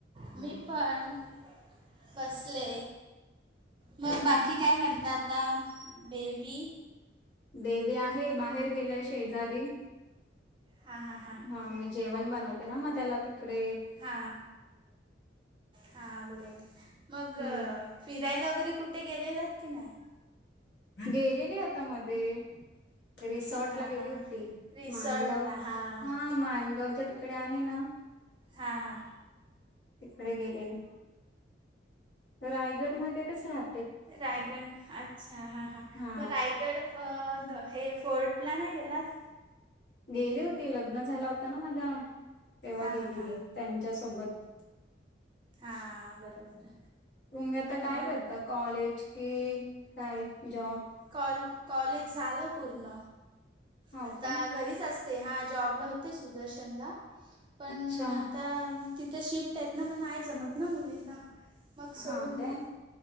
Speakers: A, on the right (about 25°); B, on the left (about 70°).
A: मी पण, बसले. मग बाकी काय करता आता, बेबी?
B: बेबी आहे बाहेर गेलाय शेजारी,
A: हां हां हां
B: हा जेवण बनवते ना मग त्याला ते इकडे
A: हा हा बरोबर. मग
B: हम्म
A: फिरायला वगैरे कुठे गेलेलात की नाय?
B: गेलेली आता मध्ये रिसॉर्ट
A: हां
B: ला गेली
A: हां
B: होती.
A: हां रिसॉर्टला
B: मानगाव
A: हां
B: हा मानगावच्या तिकडे आहे ना
A: हा हा.
B: तिकडे गेलेले. रायगड मध्ये तच राह
A: रायगड अच्छा हां हां.
B: हा
A: मग रायगड मग हे फोर्टला नाही गेलात?
B: गेली होती लग्न झाला होता ना माझ्या तेव्हा
A: हां
B: गेलेली
A: हां हां
B: त्यांच्यासोबत
A: हा बरोबर
B: तुम्ही आता काय
A: मग
B: करता कॉलेज कि काय जॉब
A: कॉल कॉलेज झाल पूर्ण.
B: हो
A: आता
B: काय
A: घरीच अस तेे हा जॉबला होते सुदर्शनला. पण
B: अच्छा
A: आता तिथ शिफ्ट आहेत ना, म नाही जमत ना मुलींना मग सोडून
B: हा काय
A: दिल